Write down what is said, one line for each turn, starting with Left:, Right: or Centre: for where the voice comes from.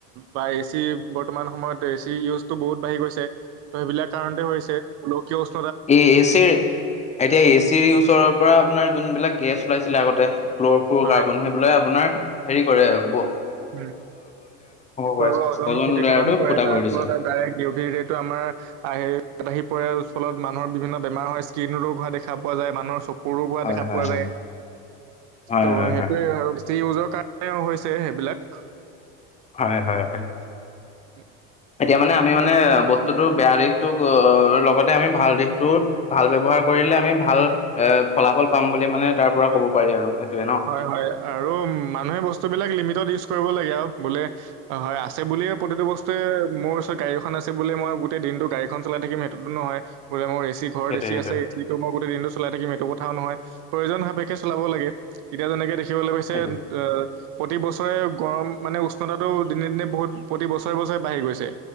Right: বা এচি বৰ্তমান সময়ত এচি ইউজটো বহুত বাঢ়ি গৈছে ত' সেইবিলাক কাৰণতে হৈছে গোলকীয় উচ
Left: এ -এচিৰ এতিয়া এচিৰ ওচৰৰ পৰা আপোনাৰ যোনবিলাক গেছ ওলাইছিলে আগতে ফ্ল'ৰপুৰ
Right: হয়।
Left: কাৰ্বন সেইবিলাকে আপোনাৰ হেৰি কৰে আৰু।
Right: উম, <unintelligible>
Left: কৰে
Right: আৰু অজন ক্ষতিসাধন
Left: লেয়াৰটো
Right: কৰে
Left: ফুটা
Right: তাৰ
Left: কৰি দিছে।
Right: ফলত আৰু ডাইৰেক্ট ইও ভি ৰেটো আমাৰ আহে <unintelligible> আহি পৰে আৰু ফলত মানুহৰ বিভিন্ন বেমাৰ হয় স্কিনো ৰোগ হোৱা দেখা পোৱা যায় মানুহৰ চক সৰু হোৱা
Left: হয়
Right: দেখা
Left: হয়
Right: পোৱা যায়,
Left: হয়
Right: ত'
Left: হয়
Right: সেইটোৱে
Left: হয় হয়
Right: আৰু বেছি ইউজৰ কাৰণেও হৈছে সে সেইবিলাক <inaudible>
Left: হয়, হয়, হয়।
Right: উম।
Left: এতিয়া মানে আমি মানে বস্তুতটোৰ বেয়া দিশটোক লগতে আমি ভাল দিশটো ভাল ব্যৱহাৰ কৰিলে আমি ভাল এ ফলাফল পাম বুলি মানে তাৰ পৰা
Right: হয়,
Left: ক'ব পাৰি আৰু সেইটোয়ে ন।
Right: হয়, হয় আৰু মানুহে বস্তুবিলাক লিমিটত ইউজ কৰিব লাগে। আৰু বোলে অ, হয় আছে বুলিয়ে প্ৰতিটো বস্তুৱে মোৰ ওচৰত গাড়ীখন আছে বুলিয়েই মই গোটেই দিনতো গাড়ীখন চলাই থাকিম সেইটোতো নহয়। বোলে মোৰ এচি ঘৰত
Left: সেইটোৱে
Right: এচি
Left: সেইটোৱে
Right: আছে মই গোটেই দিনটো চলাই থাকিম এইটো কথাওঁ নহয়। উ <inaudible> প্ৰয়োজন সাপেক্ষে চলাব লাগে। এতিয়া যেনেকে দে দেখিবলৈ পাইছে
Left: সেইটোৱে
Right: অ' প্ৰতি বছৰে গৰম মানে উষ্ণতাটো দিনে দিনে বহুত প্ৰতি বছৰে বছৰে বাঢ়ি গৈছে।